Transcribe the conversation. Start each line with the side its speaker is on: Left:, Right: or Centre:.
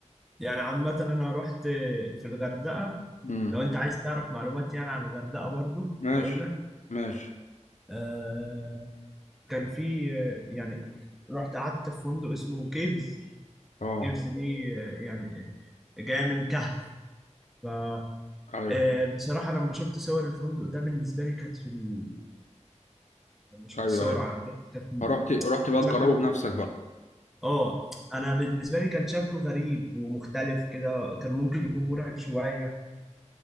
Centre: يعني عامه انا رحت في الغردقه
Left: امم
Centre: لو انت عايز تعرف معلومات يعني عن الغردقه برضو
Left: ماشي
Centre: هقول لك
Left: ماشي
Centre: آه كان في آه، يعني رحت قعدت في فندق اسمه كيفز
Left: اه
Centre: كيفز دي آه، يعني آه، جاية من كهف ف
Left: ايوه
Centre: آه، بصراحة لما شفت صور الفندق ده بالنسبة لي كانت في ال... لما شفت
Left: ايوه
Centre: صور
Left: ايوه
Centre: على النت كانت م-
Left: رحت رحت بقى
Centre: كان شكله
Left: تجربه بنفسك بقى
Centre: اه انا بالنسبة لي كان شكله غريب ومختلف كده كان ممكن يكون مرعب شوية